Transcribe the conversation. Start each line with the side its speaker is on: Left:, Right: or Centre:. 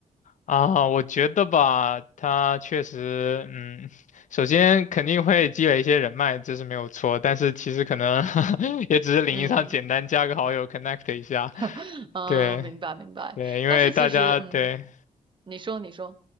Left: 啊，我觉得吧，他确实，嗯，首先肯定会积累一些人脉，这是没有错。但是其实可能 <laughs> 也只是领域上简单加个好友，connect
Right: 嗯
Left: 一下。
Right: <laughs> 嗯、
Left: 对
Right: 呃明白明白。
Left: 对，因为大家对，
Right: 但是其实，嗯，你说你说，